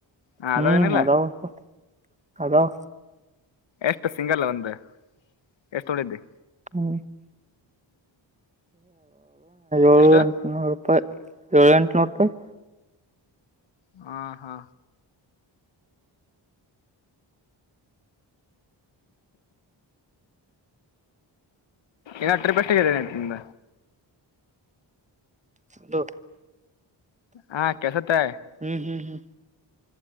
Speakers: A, on the left; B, on the right.
A: ಹ
B: ಹ್ಮ್
A: ಅದಾವೇನಿಲ್ಲ
B: ಅದಾವ ಪಾ ಅದಾವ.
A: ಎಷ್ಟು ಸಿಂಗಲ ಒಂದು ಎಷ್ಟು ಹೊಡಿತಿ?
B: ಹ್ಮ ಏಳು
A: ಎಷ್ಟು
B: ಎಂಟುನೂರು ರೂಪಾಯಿ ಏಳು ಎಂಟುನೂರು ರೂಪಾಯಿ.
A: ಹಾ ಹಾ ಏ ಟ್ರಿಪ್ಷನ <unintelligible> ನಿಂದ
B: ಹಲೋ
A: ಹಾ ಕೆಳಸತ್ತೆ
B: ಹ್ಮ್ ಹ್ಮ್ ಹ್ಮ್